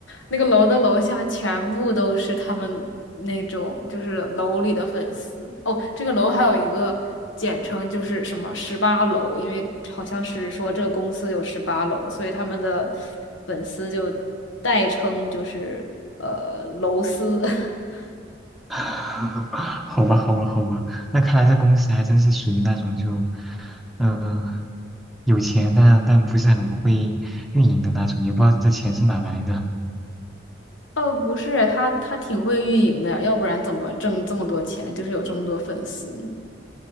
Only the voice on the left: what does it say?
那个楼的楼下全部都是他们那种就是楼里的粉丝。哦，这个楼还有一个简称就是什么十八楼，因为好像是说这个公司有十八楼，所以他们的粉丝就代称就是呃楼丝。<laughs>
呃，不是，他他挺会运营的呀，要不然怎么挣这么多钱，就是有这么多粉丝呢